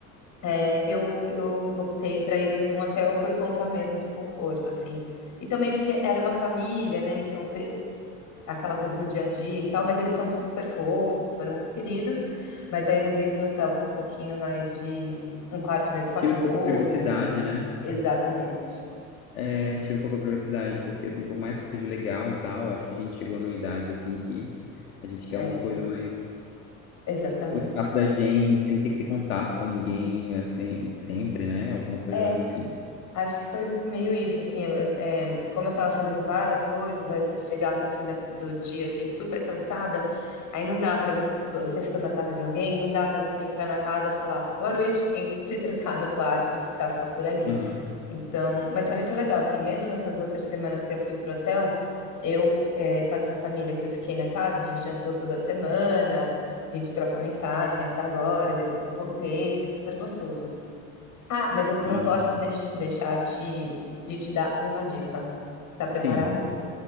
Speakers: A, on the left; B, on the left.
A: é, eu, eu optei para ir por um hotel por conta mesmo do conforto, assim. E também porque era uma família, né? Então, aquela coisa do dia a dia e tal, mas eles são super fofos, foram uns queridos. Mas aí eu mudei para o hotel com um pouquinho mais de um quarto mais espaçoso.
B: Tira um pouco a privacidade,
A: um-
B: né?
A: Exatamente.
B: É, tira um pouco a privacidade, porque assim, por mais que seja legal e tal, acho que a gente chegou numa idade assim que a gente
A: É,
B: quer uma coisa mais
A: exatamente.
B: o espaço da gente, sem ter que ter contato com ninguém, assim, sempre, né? Alguma coisa
A: É,
B: mais assim.
A: acho que foi meio isso, assim, eu- é, como eu estava fazendo várias coisas, eu chegava no fim da- do dia, assim, super cansada, aí não dá para você, você ficando na casa de alguém, não dá para você entrar na casa, falar boa noite, e se trancar no quarto e ficar só por ali.
B: Uhum.
A: Então, mas foi muito legal, assim, mesmo nessas outras semanas que eu fui pro hotel, eu, eh, com essa família que eu fiquei na casa, a gente jantou toda semana, a gente troca mensagem até agora, depois que eu voltei, foi super gostoso. Ah, mas eu
B: Ah,
A: não posso
B: sim.
A: deix- deixar de, de te dar uma dica. Tá preparado?
B: Sim,